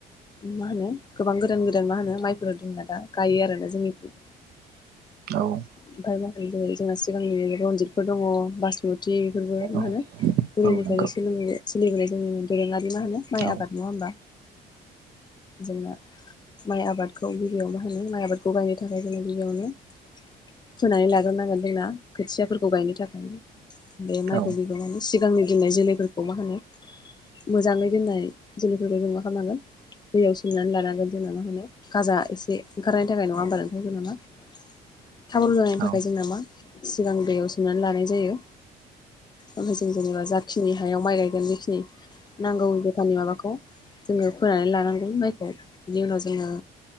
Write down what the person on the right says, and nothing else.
औ
औ
औ नंगौ
औ
औ
औ